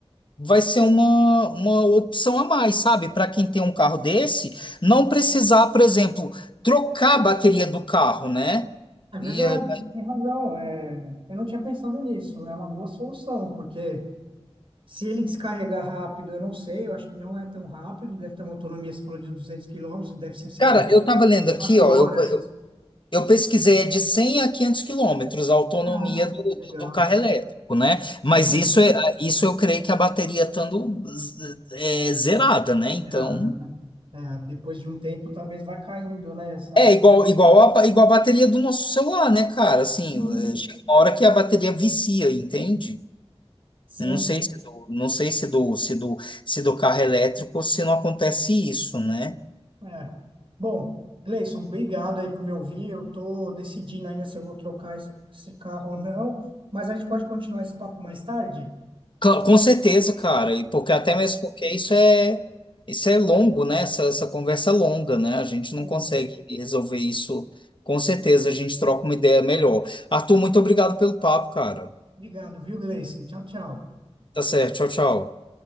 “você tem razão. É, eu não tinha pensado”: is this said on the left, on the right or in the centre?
Right